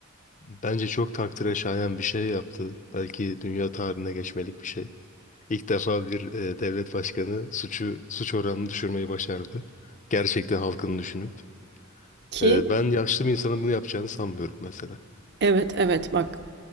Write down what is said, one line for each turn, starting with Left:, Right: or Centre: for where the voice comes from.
Left: bence çok takdire şayan bir şey yaptı. Belki dünya tarihine geçmelik bir şey. İlk defa bir e, devlet başkanı suçu suç oranını düşürmeyi başardı. Gerçekten halkını düşünüp.
Right: Ki
Left: E, ben yaşlı bir insanın bunu yapacağını sanmıyorum mesela.
Right: Evet, evet. Bak,